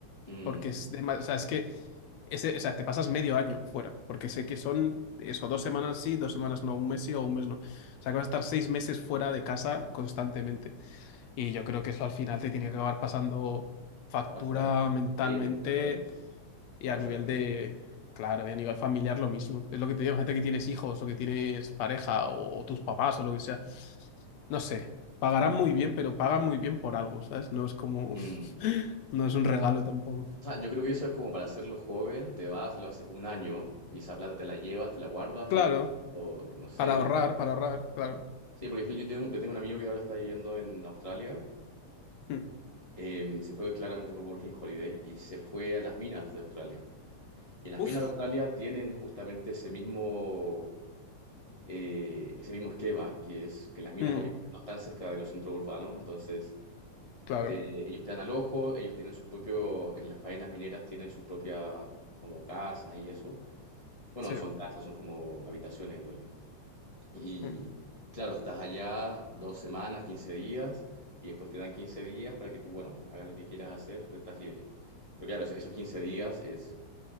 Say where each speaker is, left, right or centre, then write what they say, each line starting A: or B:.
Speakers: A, on the left; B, on the left.
A: Mm,
B: porque es, dema- o sea, es que... Ese, o sea, te pasas medio año fuera, porque sé que son eso, dos semanas sí, dos semanas no, un mes sí o un mes no. O sea, que vas a estar seis meses fuera de casa constantemente. Y yo creo que eso al final te tiene que acabar pasando factura
A: te pasa la, sí,
B: mentalmente
A: te pasa la cuenta,
B: y
A: te
B: a
A: pasa
B: nivel
A: la cuenta.
B: de, claro, y a nivel familiar lo mismo. Es lo que te digo, gente que tienes hijos o que tienes pareja o, o tus papás o lo que sea. No sé, pagarán muy bien, pero pagan muy bien por algo, ¿sabes? No es como,
A: Mm.
B: <laughs> no es un regalo tampoco.
A: O sea, yo creo que eso es como para hacerlo joven, te vas, lo haces un año y esa plata te la llevas, te la guardas
B: Claro,
A: y, o no sé,
B: para ahorrar,
A: te...
B: para ahorrar, claro.
A: Sí, porque yo tengo, yo tengo un amigo que ahora está viviendo en Australia.
B: Mm.
A: eh, se fue claramente por Working Holiday y se fue a las minas de Australia. Y las
B: Uf,
A: minas de Australia tienen justamente ese mismo, eh, ese mismo esquema, que es que las minas
B: Mm,
A: obviamente no están cerca de los centros urbanos, entonces
B: claro,
A: te- ellos te dan al ellos tienen su propio, en las faenas mineras tienen sus propias como casas y eso. Bueno,
B: sí,
A: no son casas, son como habitaciones en realidad. Y,
B: Mm,
A: y claro, estás allá dos semanas, 15 días, y después te dan 15 días para que tú, bueno, hagas lo que quieras hacer, pero estás libre. Pero claro, eso- esos 15 días es